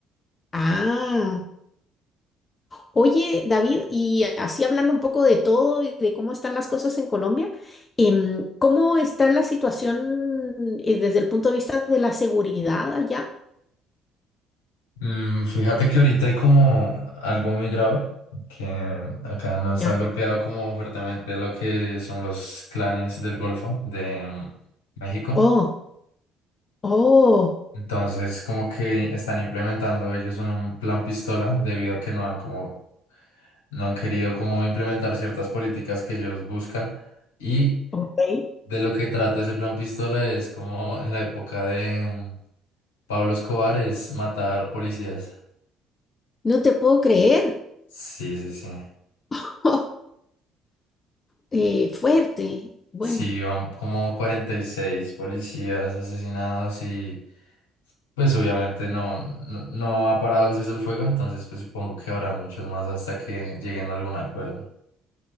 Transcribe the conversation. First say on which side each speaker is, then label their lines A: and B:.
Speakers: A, on the left; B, on the left.
A: Ah. Oye, David, y así hablando un poco de todo y de cómo están las cosas en Colombia, em, ¿cómo está la situación eh, desde el punto de vista de la seguridad allá?
B: Mm, fíjate que ahorita hay como algo muy grave, que acá nos
A: Ya.
B: ha golpeado como fuertemente lo que son los clanes del Golfo de mm, México.
A: Oh, oh,
B: Entonces, como que están implementando ellos un plan pistola debido a que no han como no han querido como implementar ciertas políticas que ellos buscan y
A: ok.
B: de lo que trata ese plan pistola es como en la época de Pablo Escobar es matar policías.
A: No te puedo creer.
B: Sí, sí, sí.
A: <laughs> Oh, eh, fuerte. Bueno.
B: Sí, van como 46 policías asesinados y pues obviamente no, no, no ha parado el cese el fuego, entonces pues supongo que habrá muchos más hasta que lleguen a algún acuerdo.